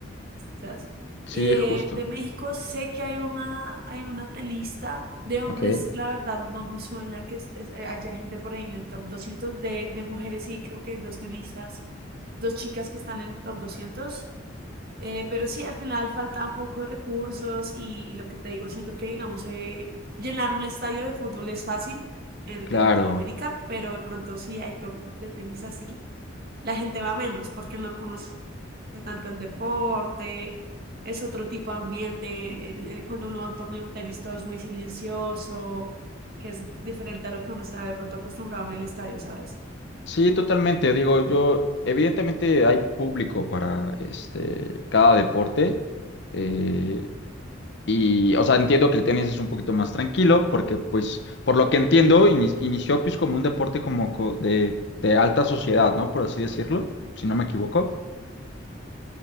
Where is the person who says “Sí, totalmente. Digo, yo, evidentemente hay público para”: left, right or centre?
Left